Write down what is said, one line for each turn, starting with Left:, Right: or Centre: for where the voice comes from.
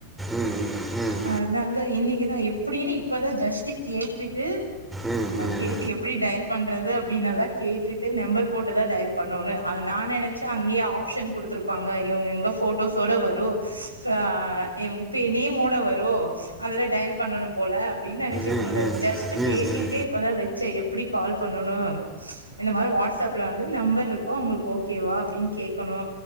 Centre: ம், ம், ம்,
Right: அதனால இன்னைக்குதான் இப் அப்புடின்னு இப்பதா ஜஸ்ட்டு கேட்டுட்டு
Centre: ம், ம், ம்,
Right: கேட்டு எப்பிடி டைல் பண்றது அப்டின்னெல்லா கேட்டுட்டு நம்பர் போட்டுதா டைல் பண்ணோனு ‌அது நா நெனைச்ச அங்கயே ஆப்ஷன் குடுத்துருப் பாங்க இவுங்க எங்க ஃபோட்டோஸோட வரு ச எம் பெ நேமோட வரு அதுல டையல் பண்ணணும் போல அப்டின் நெனச்சிட்ருந்த
Centre: ம், ம்,
Right: ஜஸ்ட்
Centre: ம்,
Right: பேசிட்டே இப்பதா வச்செ எப் பிடி கால் பன்னனு இந்தமாரி வாட்ஸ் அப்லெந்து நம்பர் இருக்கு உங்களுக்கு ஓகேவா அப்டின் கேக்கனு